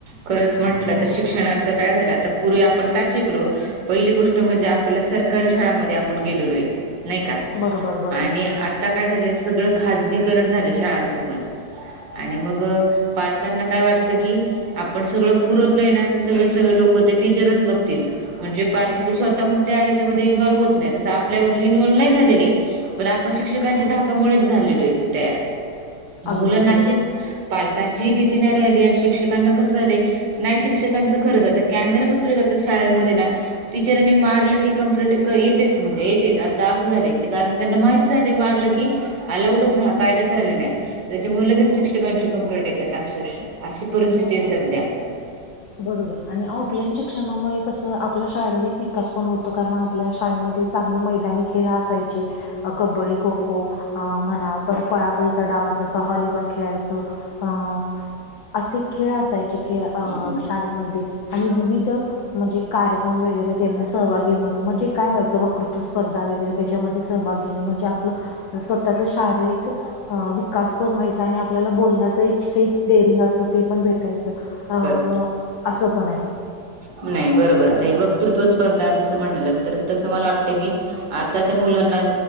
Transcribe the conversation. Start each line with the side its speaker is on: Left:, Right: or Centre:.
Right: खरंच म्हटलं तर शिक्षणाचं काय झालं आता पूर्वी आपण काय शिकलो पहिली गोष्ट म्हणजे आपल्याला सरकारी शाळामध्ये आपण गेलेलो आहे. नाही का
Left: बरोबर बरोबर
Right: आणि आता काय झालंय सगळं खाजगीकरण झालं शाळांचं पण आणि मग पालकांना काय वाटतं की, आपण सगळं पुरवलंय ना तर सगळं सगळ लोक ते टीचरच बघतील. म्हणजे पालक स्वतःहून त्या ह्याच्यामध्ये इन्वॉल्व्ह होत नाही तसं आपल्या इन्व्हल्व नाही झालेले. पण आपण शिक्षकांच्या धाकामुळेच झालेलो आहोकी तयार
Left: अगदीच
Right: मग मुलांना आशि
Left: बरोबर
Right: पालकांचीही भीती नाही राहिली आणि शिक्षकांना कस झालय. नाही शिक्षकांचं खरंच कॅमेरा बसवले जातात शाळेमध्ये ना. टीचरांनी मारलं की कं् <unintelligible> प्लेट येतेच म्हणजे येतेच आता असं झालं कारण त्यांना माहि मार की अलाऊडच नाही. कायदाच राहिला नाही त्याच्यामुळे लगेच शिक्षकांची कंप्लेंईंट येतात अक्षश अशी परिस्थिती
Left: म्हणजे
Right: आहे सध्या.
Left: बरोबर आणि ऑफलाईन शिक्षणामुळे कसं आपला शारीरिक विकास पण होतं कारण आपल्या शाळेमध्ये चांगली मैदानी खेळ असायचे. अ कबड्डी खो खो अ म्हणा परत पळापळीचा डाव असायचा हॉलीबॉल खेळायच. अं असे खेळ असायचे खे अ
Right: हम्म
Left: शाळेमध्ये आणि विविध म्हणजे कार्यक्रम वगैरे त्यांना सहभागी म्हण म्हणजे काय व्हायचं वक्ृत्व स्पर्धा वगैरे त्याच्यामध्ये सहभाग घेणे म्हणजे आपलं स्वतःचा शारीरिक अ विकास पण व्हायचा आणि आपल्याला बोलण्याचा एक स्टेप डेअरिंग असत ते पण भेटायचं अ
Right: बरोबर
Left: असं पण आहे.
Right: नाही बरोबर आता हे वक्तृत्व स्पर्धा जसं म्हलं तर तसं मला वाटतं की आताच्या मुलांना